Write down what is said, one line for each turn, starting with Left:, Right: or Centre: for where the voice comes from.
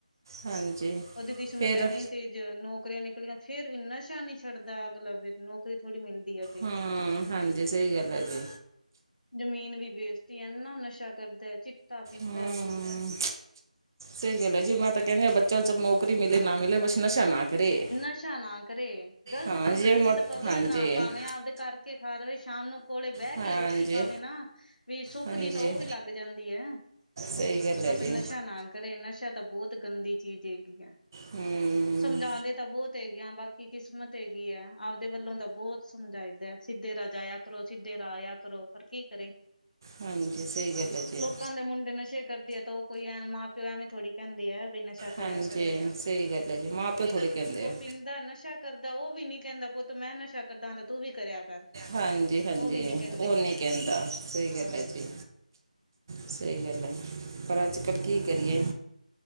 Right: ਹਾਂਜੀ
Left: ਅਦੀ ਕਿਸਮਤ
Right: ਫਿਰ
Left: ਐਨੀ ਤੇਜ ਨੌਕਰੀਆਂ ਨਿਕਲੀਆਂ ਫੇਰ ਵੀ ਨਸ਼ਾ ਨੀ ਛੱਡਦਾ ਅਗਲਾ ਫੇ ਨੌਕਰੀ ਥੋੜੀ ਮਿਲਦੀ ਹੈ ਅੱਗੇ
Right: ਹਾਂ ਹਾਂਜੀ ਸਹੀ ਗੱਲ ਹੈ ਜੀ
Left: ਜ਼ਮੀਨ ਵੀ ਬੇਚਤੀ ਇਨਾ ਨਸ਼ਾ ਕਰਦਾ ਚਿੱਟਾ ਪੀਂਦਾ
Right: ਹੂੰ
Left: ਬਹੁਤ
Right: ਸਹੀ ਗੱਲ ਹੈ ਜੀ ਮੈਂ ਤਾਂ ਕਹਿੰਦੀ ਹਾਂ ਬੱਚਾ ਚਲ ਨੌਕਰੀ ਮਿਲੇ ਨਾ ਮਿਲੇ ਬਸ ਨਸ਼ਾ ਨਾ ਕਰੇ।
Left: ਨਸ਼ਾ ਨਾ ਕਰੇ ਗ਼ਲਤ
Right: ਹਾਂ
Left: ਸੰਗਤੀ
Right: ਜਿਹੜੇ ਮ
Left: ਚ ਤਾਂ ਪਵੇ
Right: ਹਾਂਜੀ।
Left: ਹੀ ਨਾ ਭਾਵੇਂ ਆਪਦੇ ਘਰ ਕੇ ਖਾ ਦੇਵੇ ਸ਼ਾਮ ਨੂੰ ਕੋਲੇ ਬਹਿ
Right: ਹਾਂਜੀ
Left: ਕੇ ਰੋਟੀ ਖਾਵੇ ਨਾ ਵੀ ਸੁੱਖ
Right: ਹਾਂਜੀ
Left: ਦੀ ਤਾਂ ਉਹ ਵੀ ਲੱਗ ਜਾਂਦੀ ਹੈ
Right: ਸਹੀ ਗੱਲ ਹੈ
Left: ਬਸ
Right: ਜੀ
Left: ਨਸ਼ਾ ਨਾ ਕਰੇ ਨਸ਼ਾ ਤਾਂ ਬਹੁਤ ਗੰਦੀ ਚੀਜ਼ ਹੈਗੀ, ਆ
Right: ਹੂੰ।
Left: ਸਮਝਾਉਂਦੇ। ਤਾਂ ਬਹੁਤ ਹੈਗੀਆਂ ਬਾਕੀ ਕਿਸਮਤ ਹੈਗੀ, ਆ ਆਪਦੇ ਵੱਲੋਂ ਤਾਂ ਬਹੁਤ ਸਮਝਾਈਦਾ ਸਿੱਧੇ ਰਾ ਜਾਇਆ। ਕਰੋ ਸਿਧੇ ਰਾ ਆਇਆ ਕਰੋ, ਪਰ ਕੀ ਕਰੇ,।
Right: ਹਾਂਜੀ ਸਹੀ ਗੱਲ ਹੈ ਜੀ
Left: ਲੋਕਾਂ ਦੇ ਮੁੰਡੇ ਨਸ਼ੇ ਕਰਦੀ ਐ। ਤਾਂ ਉਹ ਕੋਈ ਐ ਮਾਂ ਪਿਓ ਐਵੇਂ ਥੋੜ੍ਹੀ ਕਹਿੰਦੇ ਹੈ ਵੀ ਨਸ਼ਾ ਕਰਿਆ
Right: ਹਾਂਜੀ
Left: ਕਰੋ
Right: ਸਹੀ ਗੱਲ ਹੈ ਜੀ, ਮਾਂ ਪਿਓ ਥੋੜ੍ਹੇ ਕਹਿੰਦੇ ਆ।
Left: ਪੀਦਾ ਨਸ਼ਾ ਕਰਦਾ ਉਹ ਵੀ ਨੀ ਕਹਿੰਦਾ ਪੁੱਤ ਮੈਂ ਨਸ਼ਾ ਕਰਦਾ ਤੂੰ ਵੀ ਕਰਿਆ। ਕਰ
Right: ਹਾਂਜੀ ਹਾਂਜੀ
Left: ਉਹ ਵੀ ਨਹੀਂ ਕਹਿੰਦੇ
Right: ਉਹ ਨੀ ਕਹਿੰਦਾ ਸਹੀ
Left: ਹਾਂ
Right: ਗੱਲ ਹੈ ਜੀ। ਸਹੀ ਗੱਲ ਹੈ ਪਰ ਅਜ ਕੱਲ੍ਹ ਕੀ ਕਰੀਏ।